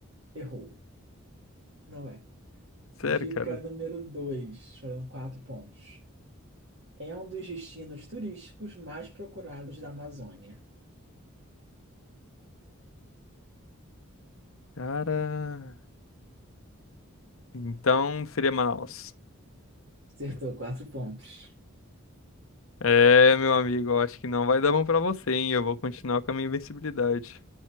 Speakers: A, on the right; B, on the left.
A: Errou. Não é.
B: Sério,
A: Dica
B: cara?
A: número 2 valendo 4 pontos. É um dos destinos turísticos mais procurados da Amazônia.
B: Cara, então seria Manaus.
A: Acertou quatro pontos.
B: É, meu amigo, eu acho que não vai dar bom pra você, hein? Eu vou continuar com a minha invencibilidade.